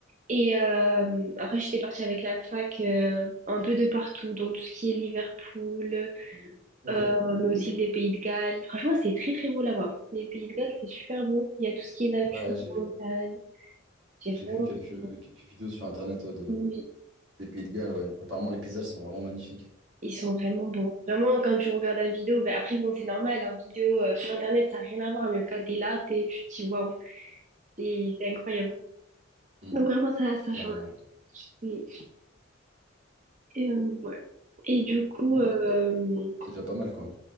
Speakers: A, on the right; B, on the right.
A: Et euh, après, j'étais partie avec la fac euh, un peu de partout, donc tout ce qui est Liverpool,
B: Ok.
A: euh, mais aussi les Pays de Galles. Franchement, c'est très très beau là-bas. Les Pays de Galles, c'est super beau. Il y a tout ce qui est nature,
B: Ouais, j'ai
A: montagne. J'ai
B: j'ai
A: vraiment
B: vu quelques,
A: kiffé.
B: quelques vidéos sur Internet ouais, de,
A: Oui,
B: des Pays de Galles, ouais. Apparemment, les paysages sont vraiment magnifiques.
A: ils sont vraiment beaux. Vraiment, quand tu regardes la vidéo, ben après, bon, c'est normal, en vidéo euh, sur Internet, ça n'a rien à voir, mais quand t'es là, t'es, tu te dis waouh, c'est c'est incroyable.
B: Mm.
A: Donc, vraiment, ça, ça
B: Clairement,
A: change.
B: ouais.
A: Oui. Et, euh, ouais. Et du coup,
B: Ouais,
A: euh,
B: c'est déjà pas mal, quoi.